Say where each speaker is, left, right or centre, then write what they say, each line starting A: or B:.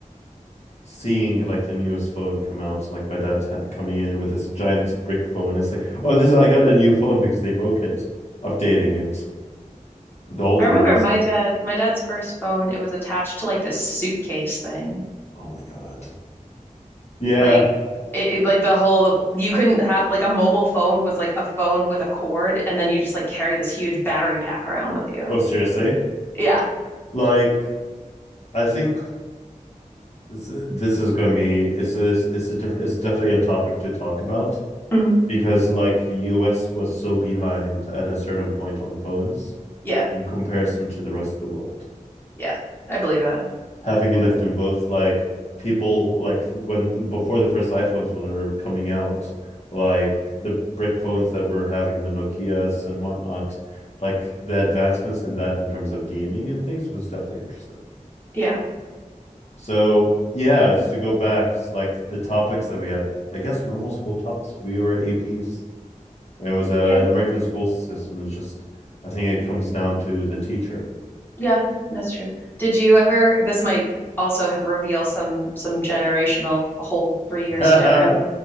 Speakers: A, on the left (about 55°); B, on the left (about 15°).
A: seeing like the newest phone come out, like my dad t- coming in with this giant brick phone. It's like, oh, this I got a new phone because they broke it, updating it. The old
B: I
A: one
B: remember
A: is
B: my
A: like,
B: dad, my dad's first phone, it was attached to like this suitcase thing.
A: oh my god, yeah.
B: Like it, it- like the whole you couldn't have like a mobile phone was like a phone with a cord and then you just like carry this huge battery pack around with you.
A: Oh, seriously?
B: Yeah.
A: Like, I think this this is going to be it's it's it's a different it's definitely a topic to talk about
B: Mhm.
A: because like the U.S. was so behind at a certain point on phones
B: Yeah.
A: in comparison to the rest of the world.
B: Yeah. I believe it.
A: having lived in both like people like when before the first iPhones were coming out, like the brick phones that were having the Nokias and whatnot, like the advancements in that in terms of gaming and things was definitely interesting.
B: Yeah.
A: So yeah, it's to go back, it's like the topics that we had, I guess normal school topics. We were APs. It was a
B: Yeah.
A: uh, American school system. It's just I think it comes down to the teacher.
B: Yeah. That's true. Did you ever this might also reveal some some generational a whole three years
A: <laughs> yes.
B: difference.